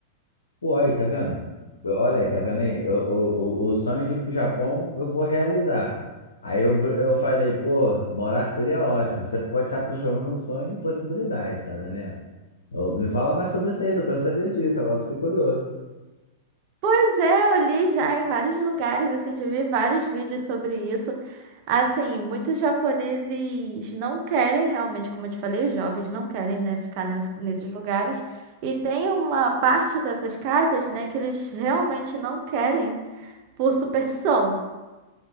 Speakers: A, on the left; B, on the right.
A: Pô, aí, tá vendo? Eu- Olha aí, tá vendo aí? Eu- eu- eu- o sonho de ir pro Japão eu vou realizar. Aí eu, br- eu falei, pô, morar seria ótimo. Você pode estar transformando um sonho em possibilidade, tá vendo aí? Eu- me fala mais sobre isso aí, tô querendo saber disso, agora eu fiquei curioso.
B: Pois é, eu li já em vários lugares, assim, já vi vários vídeos sobre isso. Assim, muitos japoneses não querem realmente, como eu te falei, os jovens não querem, né, ficar nes- nesses lugares. E tem uma parte dessas casas, né, que eles realmente não querem por superstição.